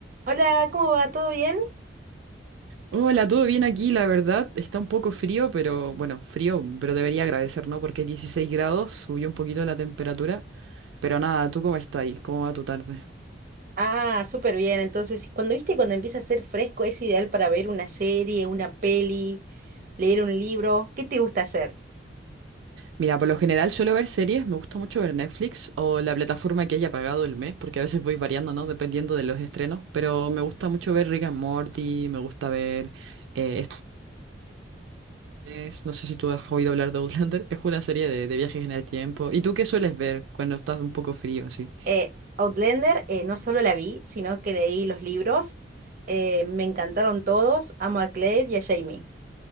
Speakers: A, on the right; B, on the right.
A: Hola, ¿cómo va? ¿Todo bien?
B: Hola, todo bien aquí, la verdad. Está un poco frío, pero bueno, frío, pero debería agradecer, ¿no? Porque 16 grados, subió un poquito la temperatura. Pero nada, ¿tú cómo estás ahí? ¿Cómo va tu tarde?
A: Ah, súper bien. Entonces, y cuando viste, cuando empieza a ser fresco, es ideal para ver una serie, una peli, leer un libro. ¿Qué te gusta hacer?
B: Mira, por lo general suelo ver series, me gusta mucho ver Netflix o la plataforma que haya pagado el mes, porque a veces voy variando, ¿no? Dependiendo de los estrenos. Pero me gusta mucho ver Rick and Morty, me gusta ver... eh, esto es- no sé si tú has oído hablar de Outlander, es una serie de, de viajes en el tiempo. ¿Y tú qué sueles ver cuando estás un poco frío así?
A: Eh, Outlander, eh, no solo la vi, sino que leí los libros. Eh, me encantaron todos. Amo a Claire y a Jamie.